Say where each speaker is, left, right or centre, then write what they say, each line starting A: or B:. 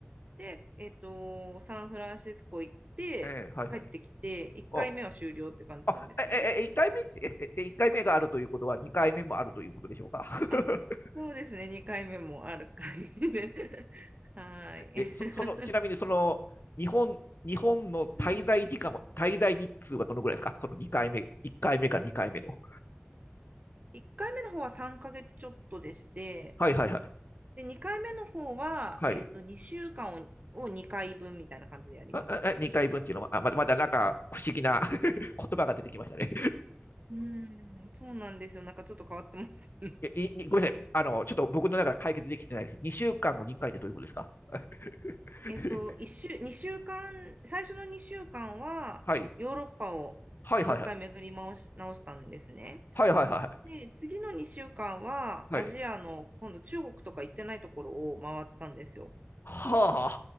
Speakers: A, on the right; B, on the left.
A: で、えっと、サンフランシスコ行って、
B: ええーはいはい。
A: 帰ってきて、1回目は終了って感じなんですね。
B: あ、あ、え、え、え、1回目、え、え一回目があるということは、2回目もあるということでしょうか。<laughs>
A: あ、そうですね、2回目もある感じで。<laughs> はーい。
B: え、そ、その、ちなみにその、日本、日本の滞在時間は、
A: <laughs> うん
B: 滞在日数はどのぐらいですかその2回目、1回目か2回目の。
A: 1回目の方は3ヶ月ちょっとでして、
B: はいはいはい。
A: で、2回目の方は、
B: はい。
A: えっと、2週間を、を2回分みたいな感じでやりましたね。
B: あ、あ、あ2回分っていうのは、あ、まだ、まだなんか不思議な <laughs> 言葉が出てきましたね。
A: うん、そうなんですよ。なんかちょっと変わってますよね
B: <laughs> え、い、ごめんなさい。あの、ちょっと僕の中で解決できてないです。2週間を2回ってどういうことですか <laughs>
A: えっと、一週、2週間、最初の2週間はヨーロッパをもう一回巡り回し、
B: はい。はいはいはい。
A: 直したんですね。
B: はいはいは
A: で、次の2週間はアジアの今度中国とか行ってないところを回ったんですよ。
B: い。はい。は